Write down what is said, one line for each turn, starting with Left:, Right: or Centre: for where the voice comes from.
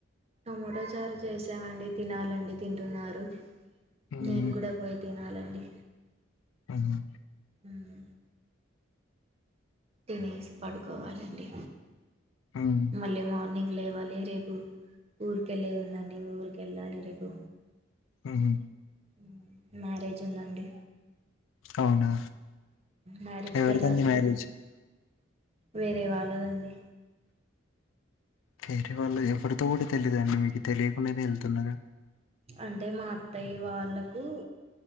Right: టొమోటో చారు చేసా అండి తినాలండి, తింటున్నారు.
Left: ఉమ్,
Right: నేను కూడా పోయి తి ఆలు అండి
Left: అవునా
Right: ఉమ్ తినేసి పడుకోవాలండి
Left: ఉమ్,
Right: మళ్ళీ మార్ ర్నింగ్ లేవాలి రేపు ఊరికెళ్ళేదుందండి, ఊరికి ఎళ్ళాలి రేపు
Left: ఉ హు
Right: హ్మ్ మ్యారేజున్దండి
Left: అవునా,
Right: మ్యారేజ్కి
Left: ఎవరిదుంది
Right: వెళ్ళాలని
Left: మ్యారేజ్
Right: వేరే వాళ్ళదండి
Left: వేరే వాళ్ళు ఎవడుతో కూడా తెలిదు అండి మీకు తెలియకుండానే వెళ్తున్నన్నారు
Right: అంటే మా అత్తయ్య వాళ్ళకు